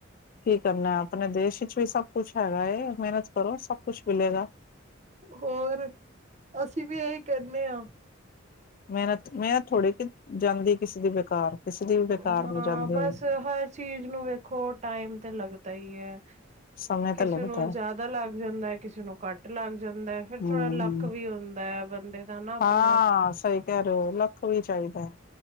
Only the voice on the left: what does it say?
ਕੀ ਕਰਨਾ ਆਪਣੇ ਦੇਸ਼ ਵੀ ਸਭ ਕੁਛ ਹੈਗਾ ਏ ਮਿਹਨਤ ਕਰੋ ਸਭ ਕੁਛ ਮਿਲੇਗਾ।
ਮਿਹਨਤ-ਮਿਹਨਤ ਥੋੜ੍ਹੀ ਕਿ ਜਾਂਦੀ ਕਿਸੇ ਦੀ ਬੇਕਾਰ। ਕਿਸੇ ਦੀ ਵੀ ਬੇਕਾਰ
ਨੀ ਜਾਂਦੀ
ਹੁਣ
ਸਮੇਂ
ਤਾਂ ਲੱਗਦਾ
ਹੈ
ਹਮ
ਹਾਂ। ਸਹੀ ਕਹਿ ਰਹੇ ਹੋ ਲੱਕ ਵੀ ਚਾਹੀਦਾ ਹੈ